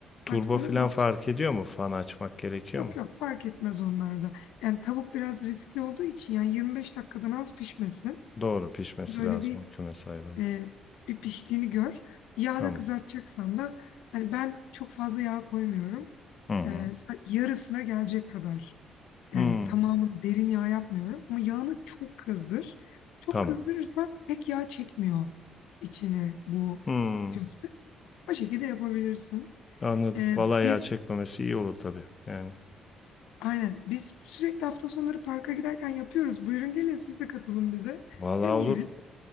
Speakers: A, on the left; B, on the left.
A: Turbo
B: Artık ona
A: falan
B: bir bakacaksın.
A: fark ediyor mu? Fan açmak gerekiyor
B: Yok
A: mu?
B: yok fark etmez onlarda. Yani tavuk biraz riskli olduğu için yani 25 dakikadan az pişmesin.
A: Doğru pişmesi
B: Böyle
A: lazım
B: bir
A: o kümes hayvanın.
B: e, bir piştiğini gör. Yağda
A: Tamam.
B: kızartacaksan da hani ben çok fazla yağ koymuyorum.
A: Hı hı.
B: E, sa- yarısına gelecek kadar. Yani
A: Hmm,
B: tamamını derin yağ yapmıyorum ama yağını çok kızdır. Çok
A: Tamam.
B: kızdırırsa pek yağ çekmiyor içine bu
A: Hmm,
B: köfte. O şekilde yapabilirsin.
A: Anladım.
B: E,
A: Vallahi
B: biz
A: yağ çekmemesi iyi olur tabii. Yani.
B: Aynen. Biz sürekli hafta sonları parka giderken yapıyoruz. Buyurun gelin siz de katılın bize.
A: Vallahi
B: Hem
A: olur.
B: yeriz,